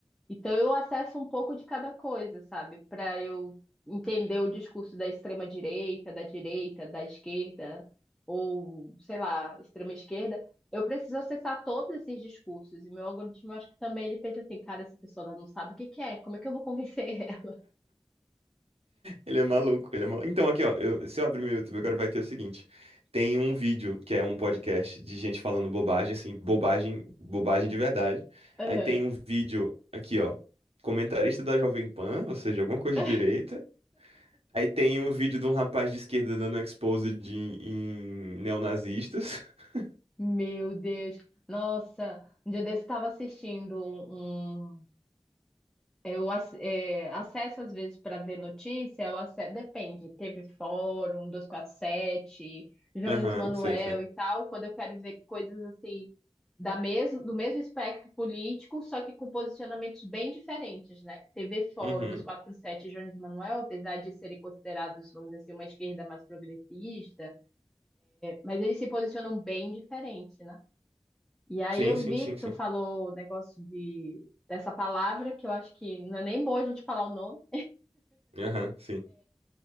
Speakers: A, in the centre; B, on the right (about 75°).
A: então eu acesso um pouco de cada coisa, sabe? Para eu entender o discurso da extrema direita, da direita, da esquerda, ou, sei lá, extrema esquerda, eu preciso acessar todos esses discursos. E meu algoritmo, eu acho que também ele pensa assim, cara, essa pessoa ela não sabe o que que é, como é que eu vou convencer ela?
B: Ele é maluco, ele é maluco. Então, aqui, ó, eu- se eu abrir meu YouTube agora, vai ter o seguinte: tem um vídeo que é um podcast de gente falando bobagem, assim, bobagem, bobagem de verdade.
A: <laughs>
B: Aí tem um vídeo aqui, ó, comentarista da Jovem Pan, ou seja, alguma coisa
A: Aham.
B: de direita. Aí tem um vídeo de um rapaz de esquerda dando um expose de, em neonazistas. <laughs>
A: Meu Deus. Nossa, um dia desse eu estava assistindo um. um, Eu ac- é, acesso às vezes para ver notícia, eu ace- depende, teve Fórum 247, Jones
B: Aham,
A: Manuel
B: sei, sei.
A: e tal, quando eu quero ver coisas assim da mesmo, do mesmo espectro político, só que com posicionamentos bem diferentes, né? TV Fórum
B: Uhum.
A: 247 e Jones Manuel, apesar de serem considerados, vamos dizer assim, uma esquerda mais progressista, mas eles se posicionam bem diferente, né? E aí
B: Sim,
A: eu
B: sim,
A: vi
B: sim,
A: que
B: sim.
A: tu falou o negócio de, dessa palavra, que eu acho que não é nem boa a gente falar o nome.
B: Aham, sim.